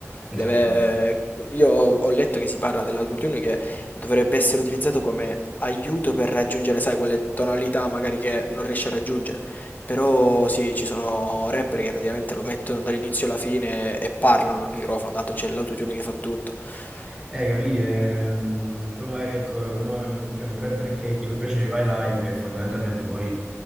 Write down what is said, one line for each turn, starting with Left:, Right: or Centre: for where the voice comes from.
Left: Deve-
Centre: Esattamente.
Left: Io ho ho letto che si parla dell'autotune che dovrebbe essere utilizzato come aiuto per raggiungere, sai, quelle tonalità magari che non riesci a raggiungere. Però sì, ci sono rapper che praticamente lo mettono dall'inizio alla fine e parlano al microfono, tanto c'è l'autotune che fa tutto.
Centre: Eh,
Left: Eh,
Centre: capì? Ehm, poi magari ecco, uno è un, è un rapper che ti può piacere, vai live e fondamentalmente poi